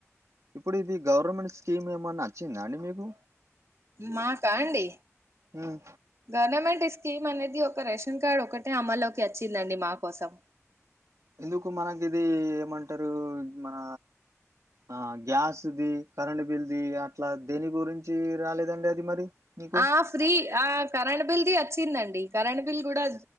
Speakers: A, on the right (about 80°); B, on the right (about 65°).
A: ఇప్పుడు ఇది గవర్నమెంట్ స్కీమ్ ఏమన్నా అచ్చిందా అండి మీకు
B: మాకా అండి
A: ఉమ్,
B: గవర్నమెంట్క స్కీమ్ అనేది ఒక రేషన్ కార్డ్ ఒకటే అమల్లోకి వచ్చిందండి మా కోసం
A: ఎందుకు మనకి ఇది ఏమంటారు మన ఆ గ్యాస్ ది కరెంు బిల్ది అట్లా దేని గురించి రాలేదండి అది మరి మీకు
B: ఆ ఫ్రీ ఆ కరెంట్ బిల్దిి అ వచ్చిందండి కరెంట్ బిల్ కూడా